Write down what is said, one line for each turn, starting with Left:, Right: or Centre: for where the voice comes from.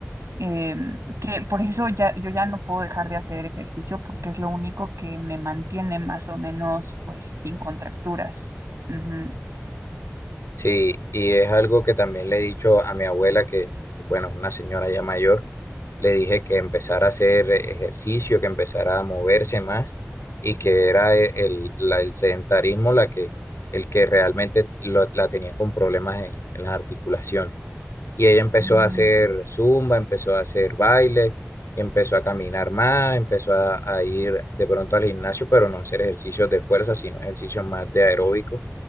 Right: Em, que por eso ya, yo ya no puedo dejar de hacer ejercicio porque es lo único que me mantiene más o menos pues sin contracturas. Ujú.
Left: Sí, y es algo que también le he dicho a mi abuela, que, bueno, es una señora ya mayor, le dije que empezara a hacer ejercicio, que empezara a moverse más y que era e- el, la- el sedentarismo la que, el que realmente lo- la tenía con problemas en en las articulaciones. Y ella empezó
Right: Sí.
Left: a hacer zumba, empezó a hacer baile, empezó a caminar más, empezó a, a ir de pronto al gimnasio, pero no hacer ejercicios de fuerza, sino ejercicios más de aeróbicos